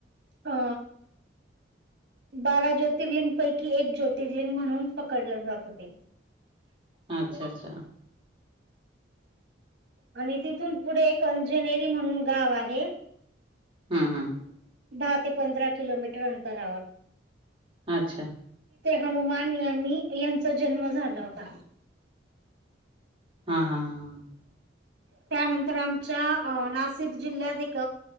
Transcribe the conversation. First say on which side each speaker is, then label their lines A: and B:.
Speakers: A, on the right; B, on the right.
A: अ बारा ज्योतिर्लिंगपैकी एक ज्योतिर्लिंग म्हणून पकडले जात होते
B: अच्छा अच्छा
A: आणि तिथून पुढे एक अंजनेरी म्हणून गाव आहे
B: हम्म हम्म
A: दहा ते पंधरा किलोमीटर अंतरावर
B: अच्छा
A: हनुमान यांनी यांचा जन्म झाला होता
B: हा हा हा ह
A: त्यानंतर आमच्या नाशिक जिल्ह्यात एक